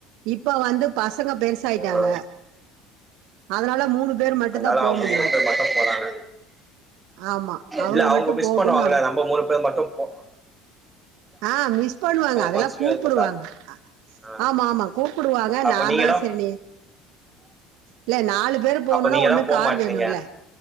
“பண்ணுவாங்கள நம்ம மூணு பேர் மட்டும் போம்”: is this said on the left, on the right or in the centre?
Right